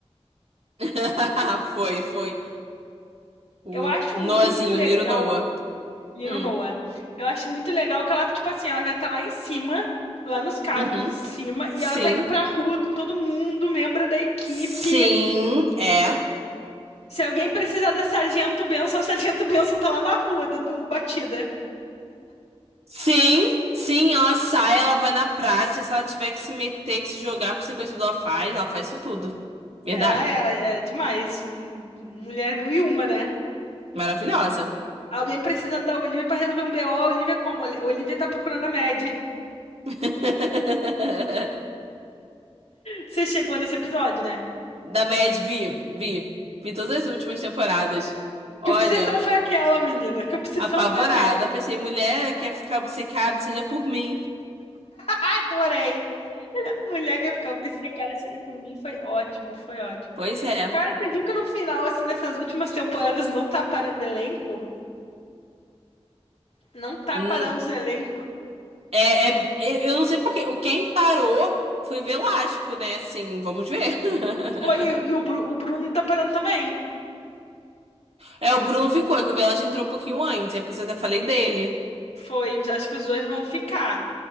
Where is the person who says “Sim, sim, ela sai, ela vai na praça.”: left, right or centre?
Right